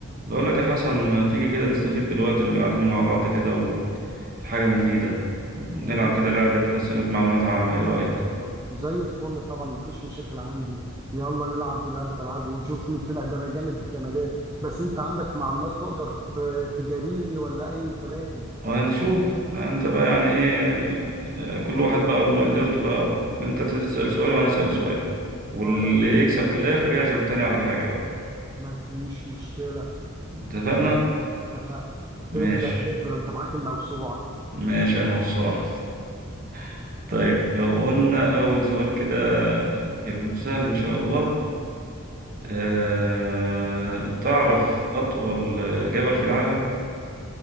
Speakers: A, on the right (about 45°); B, on the right (about 15°).
A: بقول لك يا حسن ما تيجي كده نستفيد بالوقت اللي قاعدينه مع بعض كده وفي حاجة مفيدة نلعب
B: ما فيش
A: كده لعبة أسئلة معلومات عامة إيه رأيك؟
B: زي الفل طبعا ما فيش مشاكل عندي يلا نلعب بلعبة ألعاب ونشوف مين فينا ده أنا جامد جمدان بس أنت عندك معلومات تقدر ت- تجاريني ولا أي كلام
A: وهنشوف أنت بقى يعني إيه كل واحد بقى وما قدرته بقى أنت تسأل سؤال وأنا أسأل سؤال واللي
B: خلاص
A: يكسب في الآخر يعزم التاني على حاجة بقى
B: ما فيش مشكلة
A: اتفقنا؟
B: اتفقنا
A: ماشي
B: ابدأ يا باشا ده أنت معاك الموسوعة
A: ماشي يا موسوعة <laughs> طيب لو قلنا أول سؤال كده يكون سهل إن شاء الله أه... تعرف أطول جبل في العالم؟